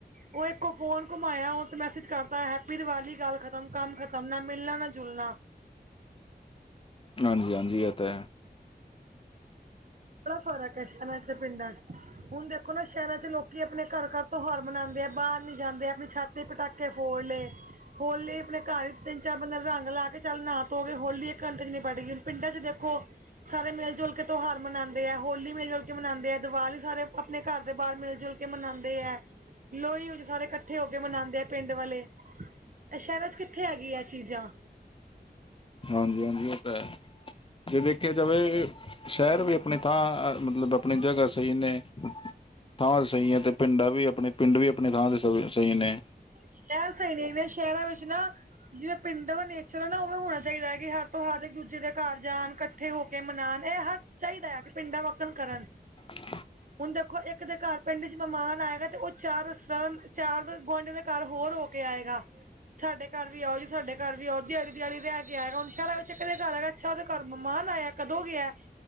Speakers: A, on the right (about 50°); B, on the left (about 30°).
A: ਉਹ ਇੱਕੋ ਫੋਨ ਘੁੰਮਾਇਆ ਉਹਤੇ ਮੈਸੇਜ ਕਰਤਾ ਹੈਪੀ ਦੀਵਾਲੀ ਗੱਲ ਖਤਮ ਕੰਮ ਖਤਮ ਨਾ ਮਿਲਣਾ ਨਾ ਜੁਲਣਾ।
B: ਹਾਂਜੀ ਹਾਂਜੀ ਇਹ ਤਾਂ ਹੈ।
A: ਬੜਾ ਫਰਕ ਹੈ ਸ਼ੈਹਰਾਂ ਚ ਤੇ ਪਿੰਡ ਚ। ਹੁਣ ਦੇਖੋ ਨਾ ਸ਼ਹਿਰਾਂ ਚ ਲੋਕੀ ਆਪਣੇ ਘਰ ਘਰ ਤਿਉਹਾਰ ਮਨਾਉਂਦੇ ਆ ਬਾਹਰ ਨੀ ਜਾਂਦੇ ਆਪਣੀ ਛਾਤ ਪਟਾਕੇ ਫੋੜ ਲਏ। ਹੋਲੀ ਆਪਣੇ ਘਰ ਵਿੱਚ ਤਿੰਨ ਚਾਰ ਬੰਦਿਆਂ ਰੰਗ ਲਾ ਕੇ ਚੱਲ ਨ੍ਹਾ ਧੋ ਗਏ ਹੋਲੀ ਇੱਕ ਘੰਟ ਚ ਨਿੱਬੜ ਗਈ ਹੁਣ ਪਿੰਡਾਂ ਚ ਦੇਖੋ। ਸਾਰੇ ਮਿਲ ਜੁਲ ਕੇ ਤਿਉਹਾਰ ਮਨਾਉਂਦੇ ਹੈ ਹੋਲੀ ਮਿਲ ਜੁਲ ਕੇ ਮਨਾਉਂਦੇ ਹੈ ਦੀਵਾਲੀ ਸਾਰੇ ਆਪਣੇ ਘਰ ਦੇ ਬਾਹਰ ਮਿਲ ਜੁਲ ਕੇ। ਕੇ ਮਨਾਉਂਦੇ ਹੈ ਲੋਹੜੀ ਸਾਰੇ ਇਕੱਠੇ ਹੋ ਕੇ ਮਨਾਉਂਦੇ ਹੈ ਪਿੰਡ ਵਾਲੇ। ਐ ਸ਼ਹਿਰਾਂ ਚ, ਕਿੱਥੇ ਹੈਗੀ ਆ, ਚੀਜ਼ਾਂ।
B: ਹਾਂਜੀ- ਹਾਂਜੀ, ਉਹ ਤਾਂ ਹੈ। ਜੇ ਦੇਖਿਆ ਜਾਵੇ, ਸ਼ਹਿਰ ਵੀ ਆਪਣੇ। ਤਾਂ ਮਤਲਬ ਆਪਣੀ ਜਗਾ ਸਹੀ ਨੇ। ਥਾਂ ਤੇ ਸਹੀ ਹੈ ਅਤੇ ਪਿੰਡਾਂ ਵੀ ਆਪਣੇ ਪਿੰਡ ਵੀ ਆਪਣੀ ਥਾਂ ਤੇ ਸ ਸਹੀ ਨੇ।
A: ਸ਼ਹਿਰ ਸਹੀ ਨੇ ਇਹਨਾਂ ਸ਼ਹਿਰਾਂ ਵਿੱਚ ਨਾ। ਜਿਵੇਂ ਪਿੰਡਾਂ ਦਾ ਨੇਚਰ ਹੈ ਨਾ ਉਹਵੇ ਹੋਣਾ ਚਾਹੀਦਾ ਹੈ ਕਿ ਹਰ ਤਿਉਹਾਰ ਇੱਕ ਦੂਜੇ ਦੇ ਘਰ ਜਾਣ। ਇਕੱਠੇ ਹੋ ਕੇ ਮਨਾਉਣ ਇਹ ਹਰ ਚਾਹੀਦਾ ਆ ਕਿ ਪਿੰਡਾਂ ਵਕਣ ਕਰਨ।
B: ਹ <unintelligible>
A: ਹੁਣ ਦੇਖੋ ਇੱਕ ਦੇ ਘਰ ਪਿੰਡ ਚ ਮਹਿਮਾਨ ਆਏਗਾ ਤੇ ਉਹ ਚਾਰ ਸਰ ਚਾਰ ਗੁਆਂਢੀਆਂ ਦੇ। ਘਰ ਹੋਰ ਹੋ ਕੇ ਆਏਗਾ। ਸਾਡੇ ਘਰ ਵੀ ਆਓ ਜੀ, ਸਾਡੇ ਘਰ ਵੀ ਆਓ। ਦਿਹਾੜੀ- ਦਿਹਾੜੀ ਰਹਿ ਕੇ ਆਏ, ਹੁਣ ਸ਼ਹਿਰਾਂ ਵਿੱਚ ਕਦੇ ਘਰ ਹੈਗਾ। ਅੱਛਾ, ਉਹਦੇ ਘਰ ਮੇਹਮਾਨ ਆਇਆ। ਕਦੋਂ, ਗਿਆ?